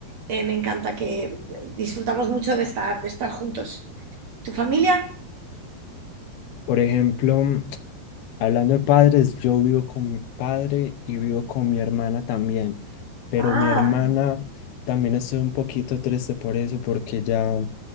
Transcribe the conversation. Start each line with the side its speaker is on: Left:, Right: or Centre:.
Right: eh, me encanta que disfrutamos mucho de estar, de estar juntos. ¿Tu familia?
Left: Por ejemplo, hablando de padres, yo vivo con mi padre y vivo con mi hermana también, pero
Right: Ah,
Left: mi hermana también estoy un poquito triste por eso, porque ya